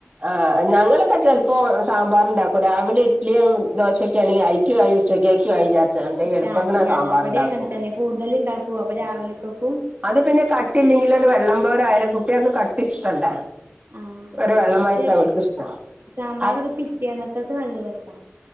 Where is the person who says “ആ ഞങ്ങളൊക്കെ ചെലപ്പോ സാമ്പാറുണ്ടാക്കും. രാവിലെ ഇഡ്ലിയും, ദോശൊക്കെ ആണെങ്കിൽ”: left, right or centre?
Right